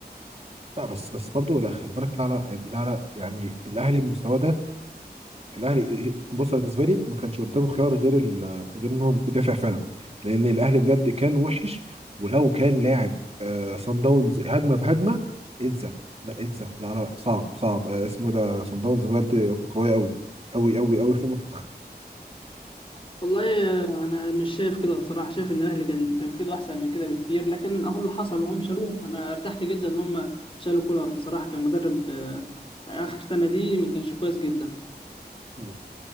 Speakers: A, on the right; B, on the left.
A: لا بس بس برضه لا خلي بالك لا لا لا لا يعني الأهلي بمستواه ده الاهلي بص أنا بالنسبه لي ما كانش قدامه خيار غير ال- غير انهم يدافع فعلا لان الاهلي بجد كان وحش ولو كان لاعب آه صن داونز هجمه بهجمه انسى لا انسى لا لا صعب صعب آه اسمه ده صن داونز بجد قويه قوي قوي قوي قوي فوق ما تتخيل
B: والله آه، انا مش شايف كده بصراحه شايف ان الاهلي كان كان في ايده احسن من كده بكتير لكن اهو اللي حصل وهم شالوه انا ارتحت جدا ان هم شالوا كولر بصراحه كان مدرب آه، اخر سنه دي ما كانش كويس جدا
A: مم.